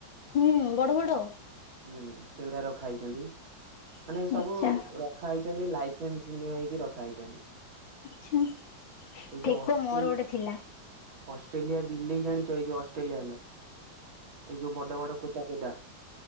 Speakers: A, on the left; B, on the right.
A: ହୁଁ ବଡ ବଡ।
B: ହୁଁ ସେଗୁଡା ରଖା ହେଇଛନ୍ତି। ମାନେ
A: ଆଚ୍ଛା
B: ସବୁ ରଖା ହେଇଛନ୍ତି ଲାଇ ନି <unintelligible> ହେଇକି ରଖା ହେଇଛନ୍ତି।
A: ଠେକୁଆ
B: ଏଇ ଯୋଉ ଅଷ୍ଟ୍ରେ
A: ମୋର ଗୋଟେ ଥିଲା
B: ଅଷ୍ଟ୍ରେଲିଆ ବିଲେଇ ଜାଣିଛ ଏଇ ଯ ଅଷ୍ଟ୍ରେଲିଆଣ୍ଡ। ଏଇ ଯୋଉ ବଡ ବଡ କୋଦା କୋଦା